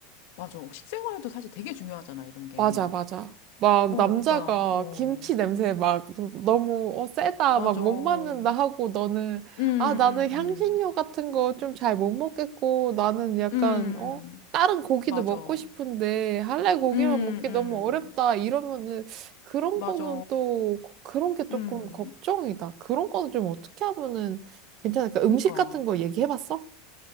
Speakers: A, on the left; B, on the right.
A: 맞아. 식생활도 사실 되게 중요하잖아, 이런 게.
B: 맞아, 맞아. 막
A: 어,
B: 남자가
A: 그러니까, 어,
B: 김치 냄새 막 너무 어, 세다,
A: 맞아.
B: 막 못
A: 음,
B: 맞는다 하고 너는
A: 음,
B: 아, 나는
A: 음.
B: 향신료 같은 거 좀 잘 못 먹겠고 나는 약간
A: 음,
B: 어, 다른 고기도
A: 맞아.
B: 먹고 싶은데
A: 음,
B: 할래 고기만
A: 음.
B: 먹기 너무 어렵다 이러면은 그런
A: 맞아.
B: 거는 또 거- 그런 게 조금
A: 음.
B: 걱정이다. 그런 거는 좀 어떻게 하면은 괜찮을까? 음식
A: 그니까
B: 같은 거 얘기해 봤어?